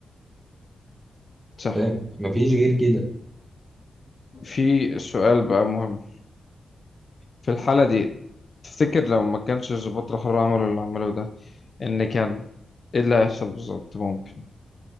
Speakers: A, on the left; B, on the right.
A: صح
B: فاهم ما فيش غير كده
A: في سؤال بقى مهم في الحالة دي تفتكر لو ما كانش الضباط الحر عملوا اللي عملوه ده إن كان إيه اللي هيحصل بالظبط ممكن